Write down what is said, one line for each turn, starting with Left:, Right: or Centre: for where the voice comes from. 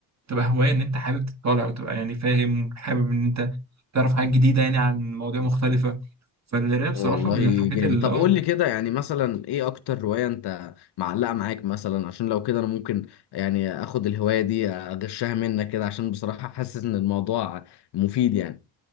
Right: تبقى هواية ان انت حابب تطالع وتبقى يعني فاهم حابب ان انت تعرف حاجات جديدة يعني عن مواضيع مختلفة فالقراية بصراحة
Left: والله
Right: من الحاجات
Left: جامد
Right: اللي
Left: طب
Right: اه
Left: قول لي كده يعني مثلا ايه اكتر هواية انت معلقة معاك مثلا عشان لو كده انا ممكن يعني اخد الهواية دي اغشها منك كده عشان بصراحة حاسس ان الموضوع مفيد يعني